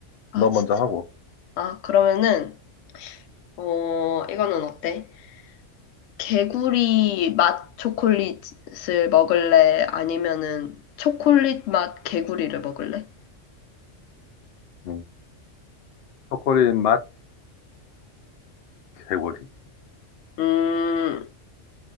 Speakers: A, on the left; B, on the left.
A: 아,
B: 너
A: 진짜.
B: 먼저 하고.
A: 아, 그러면은, 어, 이거는 어때? 개구리 맛 초콜릿을 먹을래? 아니면은 초콜릿 맛 개구리를 먹을래?
B: 음, 초콜릿 맛 개구리.
A: 음,